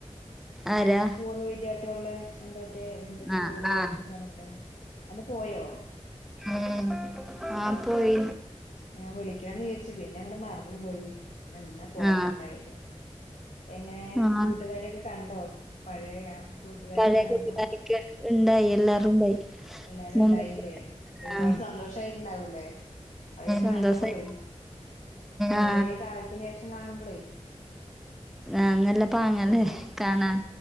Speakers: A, in the centre; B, on the left.
A: ആരാ
B: അന്ന പൂർവ വിദ്യാർത്ഥികളുടെ. എന്ത പറ്റേ ഇതുണ്ട് സ്കൂളില്
A: ആ ആ
B: എന്ന് പറഞ്ഞിട്ട് അന്ന് പോയോ.
A: ഉം ആഹ് പോയി.
B: ഞാൻ വിളിക്കണമെന്ന് വിചാരിച്ചു പിന്നെ അങ്ങടെ മറന്നുപോയി. എന്നാപ്പോ ഓർമ്മുണ്ടായത്
A: ആ
B: എങ്ങനെ
A: ആ
B: കൂട്ടുകാരൊക്കെ കണ്ടോ. പഴയ കൂട്ടുകാരെ
A: പഴയ
B: കണ്ടപ്പോ.
A: കൂട്ടുകാരൊക്കെ ഉണ്ടായി എല്ലാരും ഉണ്ടായി
B: എല്ലാരുണ്ടായിലേ
A: മുമ്പ്
B: ഒരുപാട്
A: ആ
B: സന്തോഷായിട്ട്ണ്ടാവൂലേ? അവരെക്കെ
A: സന്തോഷായി
B: കണ്ടപ്പളേ കൊറേ
A: ആ
B: കാലത്തിനേഷം കാണുമ്പളേ
A: ആഹാ നല്ല പാങ്ങല്ലേ
B: അതൊരു സന്തോഷം
A: കാണാൻ